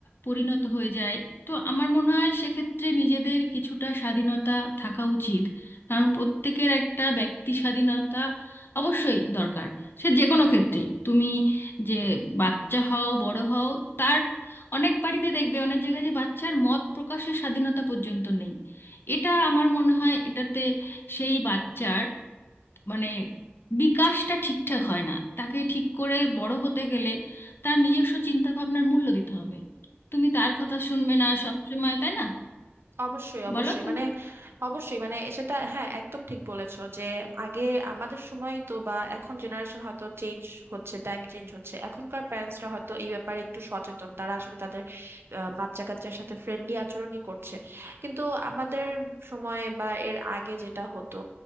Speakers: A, on the left (about 55°); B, on the right (about 60°).
A: পরিণত হয়ে যাই তো আমার মনে হয় সেক্ষেত্রে নিজেদের কিছুটা স্বাধীনতা থাকা উচিত কারণ প্রত্যেকের একটা ব্যক্তি স্বাধীনতা অবশ্যই দরকার সে যে কোনো ক্ষেত্রে তুমি যে বাচ্চা হও বড় হও তার অনেক বাড়িতে দেখবে অনেক জায়গায় যে বাচ্চার মত প্রকাশের স্বাধীনতা পর্যন্ত নেই এটা আমার মনে হয় এটাতে সেই বাচ্চার মানে বিকাশটা ঠিকঠাক হয় না তাকে ঠিক করে বড় হতে গেলে তার নিজস্ব চিন্তা ভাবনার মূল্য দিতে হবে তুমি তার কথা শুনবে না সবসময় তাই না
B: অবশ্যই অবশ্যই
A: বলো তুমি
B: মানে অবশ্যই মানে সেটা হ্যাঁ একদম ঠিক বলেছো যে আগে আমাদের সময় তো বা এখন জেনারেশন হয়তো চেঞ্জ হচ্ছে টাইম চেঞ্জ হচ্ছে এখনকার প্যারেন্টসরা হয়তো এই ব্যাপারে একটু সচেতন তারা আসলে তাদের আহ, বাচ্চা কাচ্চার সাথে ফ্রেন্ডলি আচরণই করছে কিন্তু আমাদের সময় বা এর আগে যেটা হতো